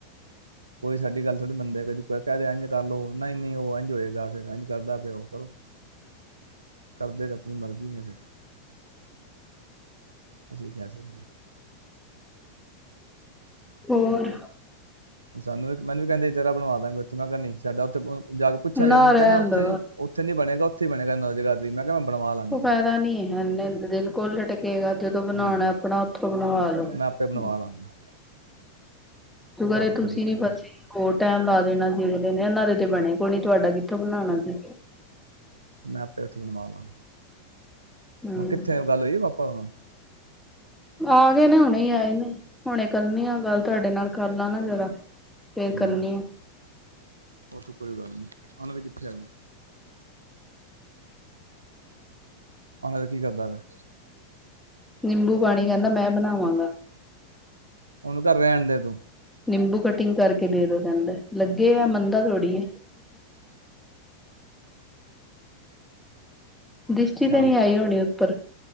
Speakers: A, on the right (about 80°); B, in the centre.
A: ਕੋਈ ਸਾਡੀ ਗੱਲ ਥੋੜ੍ਹੀ ਮੰਨਦੇ ਕਹਿ ਦ ਇੰਝ ਕਰ ਲਓ ਨਹੀਂ ਨਹੀਂ ਉਹ ਇੰਝ ਹੋਏਗਾ ਫਿਰ ਇੰਝ ਕਰਦਾ ਪਿਆ ਉਹ ਕਰੋ ਕਰਦੇ ਕੁ ਆਪਣੀ ਮਰਜ਼ੀ ਨੇ ਫਿਰ ਅਸੀਂ ਕਹਿ ਸਕ
B: ਹੋਰ
A: ਸਾਨੂੰ ਇੱਕ ਮਨੂੰ ਕਹਿੰਦੇ ਜਿਹੜ ਬਵਾ ਦਾਂਗੇ ੇੈਂ ਕਿਹਾ ਨਹੀਂ ਸਾਡਾ ਉੱਥੇ ਜਾ ਕੇ ਪੁੱਛਿਆ
B: ਨਾ
A: ਜਦੋਂ
B: ਰਹਿਣ
A: ਕਹਿੰਦਾ ਉੱਥੇ
B: ਦੋ
A: ਉਥੇ ਨੀ ਬਣੇਗਾੇ ਇੱੇ ਬਿਆ ਜ੍ਹਾ ਮੈਂ ਕਿਹਾ ਬਣਵਾ ਲਾਂਗਾ
B: ਉਹ
A: ਆਪਣੇ
B: ਫਾਇਦਾ
A: ਆਪ।
B: ਨਹੀਂੀ ਹੈ ਦਿਨ ਕੋ ਟ ਗਾ ਜਦੋਂ ਬਣਾਉਣਾ
A: ਨਹੀਂ ਨਹੀਂ,
B: ਆਪਣਾ ਉਓਥੋਂ ਬਣਵਾ ਲੋੋ
A: ਮੈਂ ਆਪੇ ਬਣਵਾ ਲਾਂਗਾ
B: ਤਗਰ
A: ਮੈਨੂੰ
B: ਇਹ ਤੁਸੀਂ
A: ਕੋਈ ਦਿੱਕਤ
B: ਨੀ
A: ਨਹੀਂ
B: ਪਤਾ ਹੋਰ ਟੈਮ ਲਾ ਦੇਣਾ ਦੇ ਨੇ ਇਹਨਾਂ ਦੇ ਤੇ ਬਣੇ ਕੋ ਨ ਤੁਹਾਡਾ ਕਿੱਥੋਂ ਬਣਾਣਾ ਸੀ
A: ਮੈਂ ਆਪੇ ਉੱਥੇ ਬਣਵਾ ਲਵ
B: ਹਮ
A: ਹੁਣ ਕਿੱਥੇ ਗੱਲ ਹੋਈਏ ਪਾਪਾ ਹਣ
B: ਆ ਗਏ ਨੇ ਹੁਣੇ ਹੀ ਆਏ ਨੇ ਹੁਣੇ ਕਰਨੀ ਆ ਗੱਲ ਤੁਹਾਡੇ ਨਾਲ ਕਰ ਲਾ ਨਾ ਜਰਾ ਫੇਰ
A: ਹੂੰ
B: ਕਰਨੀ ਆ
A: ਉਹ ਤਾਂ ਕੋਈ ਗੱਲ ਨੀ ਉਹਨਾਂ ਤੇ ਕਿੱਥੇ ਆ ਉਹਨਾਂ ਦਾ ਕੀ ਕਰਦਾ ਫਿਰ
B: ਨਬੂ ਪਾਣੀ ਕਹਿੰਦਾ ਮੈਂ ਬਣਾਵਾਂਗਾ
A: ਉਹਨੂੰ ਕਿਹ ਰਹਿਣ ਦੇ ਤੂੰ
B: ਨਿੰਬੂ ਕਟਿੰਗ ਕਰਕੇ ਦੇ ਦੋ ਕਹਿੰਦਾ ਲੱ ਗਏ ਆ ਮੰਦਾ ਤਥੋੜੀਏ ਦ੍ਰਸ਼ਟੀ
A: ਸਿਆਣ
B: ਤੇ ਨਹੀਂੀ ਆਈ ਹੋਣੀ ਉੱਪਰ